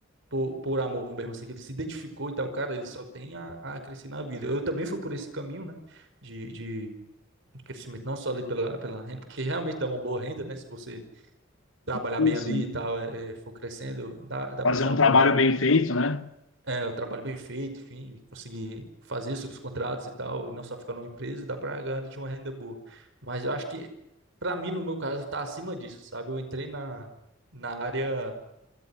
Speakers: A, on the right; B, on the left.
A: por, por amor mesmo, assim, que ele se identificou e tal, cara, ele só tem a, a crescer na vida. Eu também fui por esse caminho, né? De, de crescimento, não só ali pela, pela renda, porque realmente dá uma boa renda, né? Se você trabalhar
B: sim,
A: bem
B: sim.
A: ali e tal, é, é, for crescendo, dá, dá
B: Fazer
A: para ter
B: um
A: uma
B: trabalho
A: boa renda.
B: bem feito, né?
A: É, o trabalho bem feito, enfim, conseguir fazer seus contratos e tal, e não só ficar numa empresa, dá para ganhar de uma renda boa. Mas eu acho que, para mim, no meu caso, tá acima disso, sabe? Eu entrei na, na área,